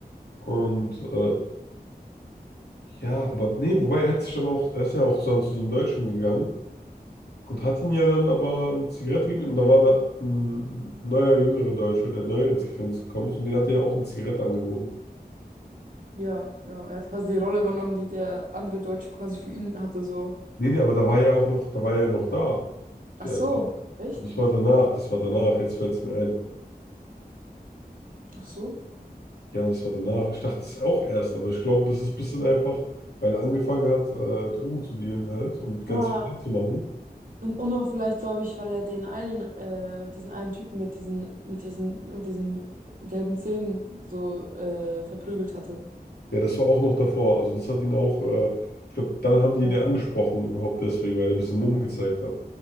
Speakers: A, on the left (about 85°); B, on the right (about 55°).
A: Und äh, ja, aber nee, wobei er hat sich dann auch, er ist ja auch dann zu diesem Deutschen gegangen und hat ihn ja dann aber eine Zigarette gegeben. Und da war eine, ein neuer, jüngerer Deutsche, der neu ins Gefängnis gekommen ist. Und den hat er ja auch eine Zigarette angeboten.
B: Ja, ja, er hat quasi die Rolle übernommen, die der andere Deutsche quasi für ihn hatte, so.
A: Nee, nee, aber da war er ja auch noch, da war er ja noch da,
B: Ach
A: der
B: so,
A: Typ.
B: echt?
A: Also das war danach, das war danach, jetzt fällt es mir ein.
B: Ach so.
A: Ja, das war danach. Ich dachte es auch erst, aber ich glaube, das ist ein bisschen einfach, weil er angefangen hat, äh, Drogen zu dealen halt und ganz
B: Ah,
A: viel Geld zu machen.
B: und, und noch vielleicht, glaube ich, weil er den einen, äh, diesen einen Typen mit diesen, mit diesen, mit diesen gelben Zähnen so äh, verprügelt hatte.
A: Ja, das war auch noch davor. Also das hat ihn auch, äh, ich glaube, dann haben die
B: Ja,
A: ihn ja angesprochen überhaupt deswegen, weil er ein bisschen Mumm gezeigt hat.